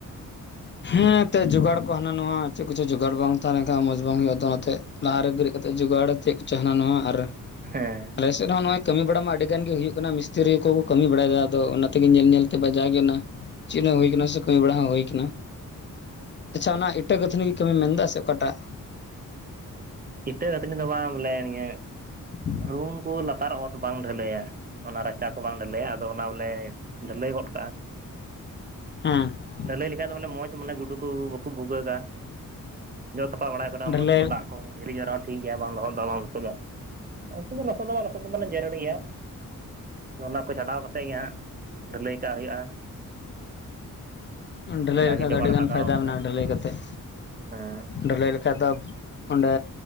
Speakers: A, on the left (about 35°); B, on the right (about 30°).
A: ᱦᱮᱸ ᱮᱸᱛᱮᱫ ᱡᱚᱜᱟᱲ ᱠᱚ ᱦᱟᱱᱟ ᱱᱟᱣᱟ ᱪᱮᱫ ᱠᱚᱪᱚ ᱡᱚᱜᱟᱲ ᱵᱟᱝ ᱛᱟᱦᱮᱸ ᱞᱮᱱᱠᱷᱟᱱ ᱢᱚᱸᱡᱽ ᱵᱟᱝ ᱦᱩᱭᱩᱜ-ᱟ ᱛᱚ ᱚᱱᱟᱛᱮ ᱞᱟᱦᱟ ᱨᱮ ᱵᱮᱨᱮᱫ ᱠᱟᱛᱮ ᱡᱚᱜᱟᱲ ᱪᱮᱫ ᱠᱚᱪᱚ ᱦᱟᱱᱟ ᱱᱚᱣᱟ ᱟᱨ
B: ᱦᱮᱸ ᱾
A: ᱟᱞᱮᱥᱮᱫ ᱦᱚᱸ ᱱᱚᱜ-ᱚᱭ ᱠᱟᱹᱢᱤ ᱵᱟᱲᱟ ᱢᱟ ᱟᱹᱰᱤ ᱜᱟᱱ ᱜᱤ ᱦᱩᱭᱩᱜ ᱠᱟᱱᱟ ᱢᱤᱥᱛᱤᱨᱤ ᱠᱚ ᱠᱟᱹᱢᱤ ᱵᱟᱲᱟᱭᱮᱫᱟ ᱟᱫᱚ ᱚᱱᱟᱛᱮᱜᱮ ᱧᱮᱞ ᱧᱮᱞᱛᱮ ᱵᱟᱡᱟᱜᱮ ᱚᱱᱟ᱾ ᱪᱮᱫ ᱦᱚᱸ ᱦᱩᱭ ᱠᱟᱱᱟ ᱥᱮ ᱠᱟᱹᱢᱤ ᱵᱟᱲᱟ ᱦᱚᱸ ᱦᱩᱭ ᱠᱟᱱᱟ᱾ ᱟᱪᱪᱷᱟ ᱚᱱᱟ ᱤᱴᱟᱹ ᱜᱟᱹᱛᱷᱱᱤ ᱜᱮ ᱠᱟᱹᱢᱤᱢ ᱢᱮᱱᱫᱟ ᱥᱮ ᱚᱠᱟᱴᱟᱜ?
B: ᱤᱴᱟᱹ ᱜᱟᱹᱛᱷᱱᱤ ᱫᱚ ᱵᱟᱝ ᱵᱚᱞᱮ ᱱᱤᱭᱟᱹ
A: <inaudible>
B: ᱨᱩᱢ ᱠᱩ ᱞᱟᱛᱟᱨ ᱚᱛ ᱵᱟᱝ ᱰᱷᱟᱹᱞᱟᱹᱭᱟ᱾ ᱚᱱᱟ ᱨᱟᱪᱟ ᱠᱚ ᱵᱟᱝ ᱰᱷᱟᱹᱞᱟᱹᱭᱟ ᱟᱫᱚ ᱚᱱᱟ ᱵᱚᱞᱮ ᱰᱷᱟᱹᱞᱟᱹᱭ ᱜᱚᱫ ᱠᱟᱜ-ᱟ ᱾
A: ᱦᱩᱸ ᱾
B: ᱰᱟᱹᱞᱟᱹᱭ ᱞᱮᱠᱷᱟᱡ ᱫᱚ ᱢᱟᱱᱮ ᱢᱚᱸᱡᱽ ᱢᱟᱱᱮ ᱜᱩᱰᱩ ᱠᱩ ᱵᱟᱠᱚ ᱵᱷᱩᱜᱟᱹᱜᱟ ᱾ ᱡᱚᱜ ᱥᱟᱯᱷᱟ ᱵᱟᱲᱟᱭ ᱠᱚᱨᱮ ᱦᱚᱸ
A: ᱰᱷᱟᱹᱞᱟᱹᱭ
B: ᱢᱚᱡᱽ ᱠᱚ ᱫᱟᱜ ᱠᱚ ᱦᱤᱨᱤᱡᱟᱜ ᱨᱮᱦᱚ ᱴᱷᱤᱠ ᱜᱮᱭᱟ ᱵᱟᱝ ᱞᱚᱦᱚᱫᱟ ᱵᱟᱝ ᱞᱚᱥᱚᱫᱚᱜ-ᱟ ᱾ ᱟᱞᱥᱮᱜ ᱢᱟ ᱞᱚᱥᱚᱫᱚᱜ-ᱟ ᱞᱚᱥᱚᱫ ᱫᱚ ᱢᱟᱱᱮ ᱡᱮᱨᱮᱲ ᱜᱮᱭᱟ <inaudible> ᱚᱱᱟ ᱠᱚ ᱪᱷᱟᱰᱟᱣ ᱠᱟᱛᱮᱫ ᱜᱮ ᱦᱟᱸᱜ ᱰᱷᱟᱹᱞᱟᱹᱭ ᱠᱟᱜ ᱦᱩᱭᱩᱜ-ᱟ ᱾
A: ᱰᱟᱹᱞᱟᱹᱭ
B: ᱡᱟᱜᱮ
A: ᱞᱮᱠᱷᱟᱡ
B: ᱡᱚᱜᱟᱲ
A: ᱫᱚ ᱟᱹᱰᱤ ᱜᱟᱱ
B: ᱞᱟᱜᱟᱣ
A: ᱯᱷᱟᱭᱫᱟ
B: ᱠᱟᱱᱟ
A: ᱢᱮᱱᱟᱜ-ᱟ ᱰᱟᱹᱞᱟᱹᱭ ᱠᱟᱛᱮᱫ᱾
B: ᱦᱮᱸ
A: ᱰᱷᱟᱹᱞᱟᱹᱭ ᱠᱷᱟᱡ ᱫᱚ ᱚᱸᱰᱮ